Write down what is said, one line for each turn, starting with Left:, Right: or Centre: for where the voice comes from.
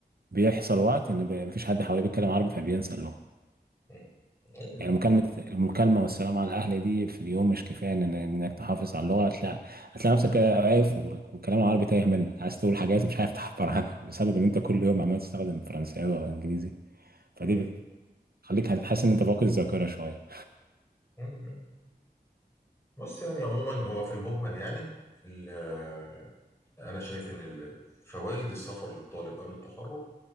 Right: بيحصل وقت ان بي- مفيش حد حواليه بيتكلم عربي فبينسى اللغه
Left: مم. ايوه
Right: يعني
Left: أيوة.
Right: مكالمة المكالمة والسلام على الأهل دي في اليوم مش كفاية إن إنك تحافظ على اللغة هتلاقي هتلاقي نفسك كده واقف والكلام العربي تايه منك عايز تقول حاجات مش عارف تعبر عنها <laughs> بسبب إن أنت كل يوم عمال تستخدم فرنساوي أو إنجليزي فدي
Left: مم.
Right: بتخليك حاسس إن أنت فاقد الذاكرة شوية
Left: مم. بص يعني عموما هو في المجمل يعني ال- أنا شايف إن ال- فوائد السفر للطالب قبل التخرج